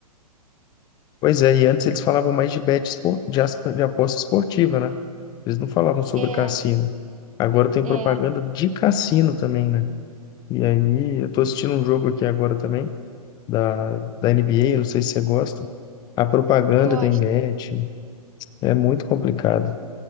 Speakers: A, on the left; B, on the right.
A: Pois é, e antes eles falavam mais de bet espo- de, as- de aposta esportiva, né? Eles não falavam sobre
B: É,
A: cassino. Agora tem
B: é,
A: propaganda de cassino também, né? E aí, eu tô assistindo um jogo aqui agora também, da, da NBA, não sei se você gosta. A propaganda
B: gosto.
A: tem bet, é muito complicado.